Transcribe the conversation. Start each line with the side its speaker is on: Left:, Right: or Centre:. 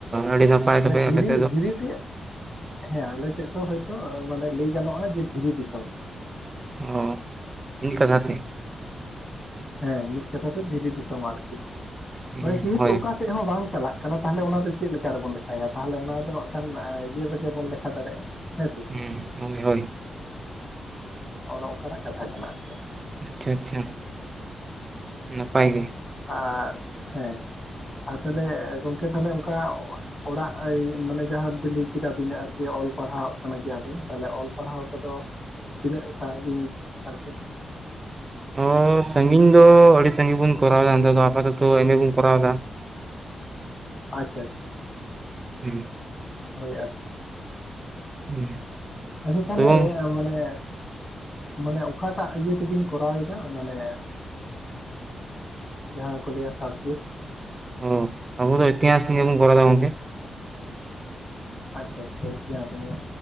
Right: ᱟᱹᱰᱤ ᱱᱟᱯᱟᱭ ᱛᱵᱮ
Left: ᱫᱷᱤᱨᱤ
Right: ᱟᱯᱮᱥᱮᱱ ᱾
Left: ᱫᱷᱤᱨᱤ ᱴᱤᱜ ᱦᱮᱸ ᱟᱞᱮᱥᱮᱫ ᱫᱚ ᱦᱚᱭᱛᱚ ᱢᱟᱱᱮ ᱞᱟᱹᱭ ᱜᱟᱱᱚᱟ ᱡᱮ, ᱫᱷᱤᱨᱤ ᱫᱤᱥᱚᱢ᱾
Right: ᱚ ᱢᱤᱫ ᱠᱟᱛᱷᱟ ᱛᱮ
Left: ᱦᱮᱸ ᱢᱤᱫ ᱠᱟᱛᱷᱟ ᱛᱮ ᱫᱷᱤᱨᱤ ᱫᱤᱥᱚᱢ ᱟᱨᱠᱤ
Right: ᱦᱩᱸ
Left: ᱢᱟᱱᱮ ᱡᱮᱦᱮᱛᱩ
Right: ᱦᱳᱭ
Left: ᱚᱠᱟ ᱥᱮᱡ ᱦᱚᱸ ᱵᱟᱝ ᱪᱟᱞᱟᱜ ᱠᱟᱱᱟ, ᱛᱟᱦᱚᱞᱮ ᱚᱱᱟ ᱫᱚ ᱪᱮᱫ ᱞᱮᱠᱟ ᱨᱮᱵᱚᱱ ᱞᱮᱠᱷᱟᱭᱟ, ᱛᱟᱦᱚᱞᱮ ᱚᱱᱟ ᱫᱚ ᱦᱟᱜ ᱠᱷᱟᱱ ᱤᱭᱟᱹ ᱨᱮᱜᱮ ᱵᱚᱱ ᱞᱮᱠᱷᱟ ᱫᱟᱲᱮᱜᱼᱟ᱾ ᱦᱮᱸ ᱥᱮ᱾
Right: ᱦᱩᱸ ᱜᱚᱝᱠᱮ ᱦᱳᱭ᱾
Left: ᱚᱱ ᱚᱝᱠᱟᱱᱟᱜ ᱠᱟᱛᱷᱟ ᱠᱟᱱᱟ ᱟᱨᱠᱤ
Right: ᱟᱪᱪᱷᱟ-ᱟᱪᱪᱷᱟ ᱱᱟᱯᱟᱭ ᱜᱮ᱾
Left: ᱟᱨ ᱦᱮᱸ ᱟᱨ ᱛᱟᱦᱚᱞᱮ ᱜᱚᱝᱠᱮ ᱛᱟᱞᱦᱮ ᱚᱝᱠᱟ ᱚᱲᱟᱜ ᱢᱟᱱᱮ ᱡᱟᱸᱦᱟ ᱵᱤᱱ ᱞᱟᱹᱭ ᱠᱮᱫᱟ ᱵᱤᱱ ᱟᱨᱠᱤ, ᱚᱞ ᱯᱟᱲᱦᱟᱜ ᱠᱟᱱᱟ ᱜᱮᱭᱟᱵᱤᱱ ᱛᱟᱦᱞᱮ ᱚᱞ ᱯᱟᱲᱦᱟᱣ ᱠᱚᱫᱚ ᱛᱤᱱᱟᱹᱜ ᱥᱟᱜᱤᱧ ᱟᱨᱠᱤ?
Right: ᱚ ᱥᱟᱜᱤᱧ ᱫᱚ ᱟᱹᱰᱤ ᱥᱟᱺᱜᱤᱧ ᱵᱚᱱ ᱠᱚᱨᱟᱣᱫᱟ ᱮᱱᱛᱮ ᱫᱚ ᱟᱯᱟᱛᱚᱛᱚ ᱮᱢᱮ ᱵᱚᱱ ᱠᱚᱨᱟᱣ ᱫᱟ᱾
Left: ᱟᱪᱪᱷᱟ-ᱟᱪᱪᱷᱟ᱾
Right: ᱦᱩᱸ <unintelligible>
Left: ᱦᱳᱭ ᱟᱨᱠᱤ
Right: ᱦᱩᱸ
Left: ᱟᱪᱪᱷᱟ ᱛᱟᱞᱦᱮ
Right: ᱛᱚ ᱜᱚᱝ
Left: ᱢᱟᱱᱮ ᱢᱟᱱᱮ ᱚᱠᱟᱴᱟᱜ ᱤᱭᱟᱹ ᱛᱮᱵᱤᱱ ᱠᱚᱨᱟᱣ ᱮᱫᱟ ᱢᱟᱱᱮ ᱡᱟᱦᱟᱸ ᱠᱚ ᱞᱟᱹᱭᱟ ᱥᱟᱵᱽᱡᱮᱠᱴ?
Right: ᱦᱚ ᱟᱵ ᱫᱚ ᱤᱛᱤᱦᱟᱸᱥ ᱱᱤᱭᱮ ᱵᱚᱱ ᱠᱚᱨᱟ ᱫᱟ ᱜᱚᱝᱠᱮ᱾
Left: ᱟᱪᱪᱷᱟ ᱟᱪᱪᱷᱟ ᱤᱛᱤᱦᱟᱸᱥ ᱱᱤᱭᱮ